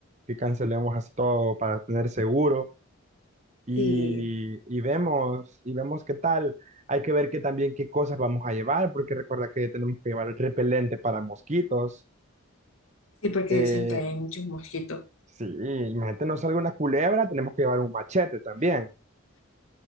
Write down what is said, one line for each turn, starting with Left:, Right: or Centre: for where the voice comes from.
Right: que cancelemos así todo para tener seguro. y,
Left: sí.
Right: y vemos, y vemos qué tal. Hay que ver que también qué cosas vamos a llevar, porque recuerda que tenemos que llevar repelente para mosquitos.
Left: Sí, porque
Right: Eh,
Left: dicen que hay muchos mosquitos.
Right: sí, imagínate, no salga una culebra, tenemos que llevar un machete también.